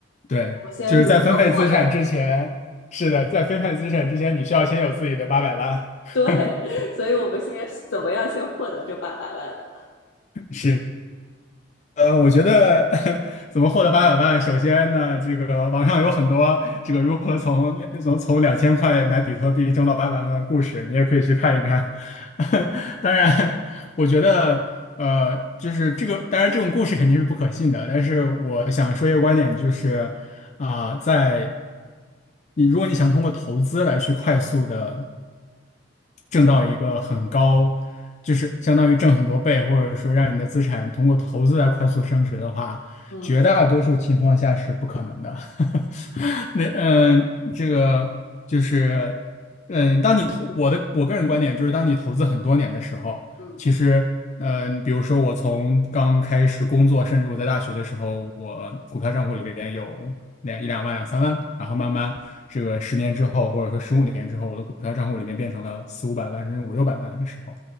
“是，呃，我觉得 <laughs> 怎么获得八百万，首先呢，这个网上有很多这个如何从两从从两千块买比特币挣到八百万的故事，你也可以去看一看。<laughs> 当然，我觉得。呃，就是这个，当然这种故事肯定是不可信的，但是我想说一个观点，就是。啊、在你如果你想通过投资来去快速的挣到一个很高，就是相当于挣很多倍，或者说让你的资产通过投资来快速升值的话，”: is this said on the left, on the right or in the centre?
Left